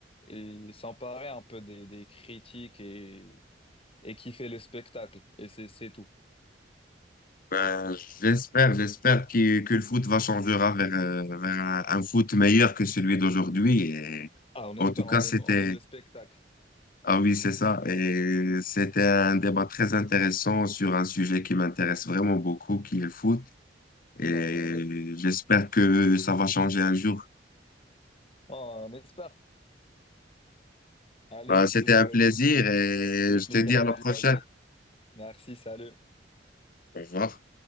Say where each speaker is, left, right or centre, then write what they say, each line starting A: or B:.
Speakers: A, on the left; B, on the left.
A: et s'emparer un peu des, des critiques et, et kiffer le spectacle. Et c'est, c'est tout.
B: Ben, j'espère, j'espère que, que le foot va changer vers, euh, vers un, un foot meilleur que celui d'aujourd'hui. Et
A: Ah, on espère,
B: En tout cas,
A: on
B: c'était,
A: aime, on aime le spectacle.
B: ah oui, c'est ça. Et c'était un débat très intéressant sur un sujet qui m'intéresse vraiment beaucoup, qui est le foot. Et
A: Bah, oui.
B: j'espère que ça va changer un jour.
A: Oh, on espère. Allez,
B: Ben,
A: je
B: c'était
A: te souhaite
B: un plaisir
A: une...
B: et
A: Le
B: je
A: plaisir
B: te dis
A: est
B: à
A: partagé.
B: la prochaine.
A: Merci, salut.
B: Au revoir.